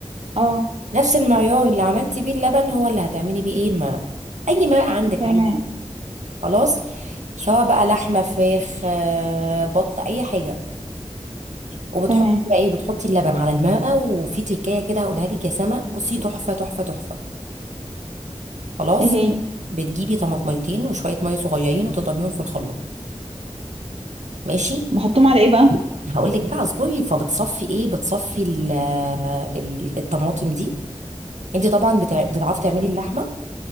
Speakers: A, on the right (about 55°); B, on the right (about 80°).
A: اه
B: نفس المعيار اللي عملتي بيه اللبن هو اللي هتعملي بيه ايه الماء اي ماء عندك
A: تمام
B: عادي خلاص سواء بقى لحمه فراخ آه، بط اي حاجه وبتحطي
A: تمام
B: بقى ايه بتحطي اللبن على الماء وفي تكايه كده هقولها لك يا سما بصي تحفه تحفه تحفه خلاص
A: ايه هي
B: بتجيبي طماطميتين وشويه ميه صغيرين وتضربيهم في الخلاط ماشي
A: بحطهم على ايه بقى
B: هقول لك بقى اصبري فبتصفي ايه بتصفي ال- ال- الطماطم دي انت طبعا بتع- بتعرفي تعملي اللحمه